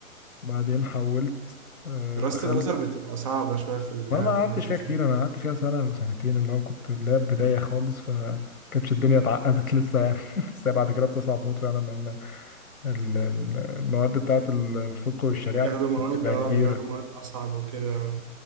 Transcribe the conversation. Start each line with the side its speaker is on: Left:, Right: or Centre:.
Left: وبعدين حولت آه،
Right: دراسة
Left: دخلت
Right: الأزهر بتبقى صعبة شوية في الجامعة
Left: وانا ما قعدتش
Right: في المدرسة
Left: فيها كتير انا قعدت فيها سنه او سنتين اللي هو كنت اللي هي بدايه خالص فكانتش الدنيا اتعقدت لسه يعني <laughs> بس هي بعد كده بتصعب موت فعلا لان ال- ال- المواد بتاعت ال- الفقه والشريعه
Right: بياخدوا مواد
Left: بتبقى
Right: اه
Left: كبيره
Right: بياخدوا مواد أصعب وكده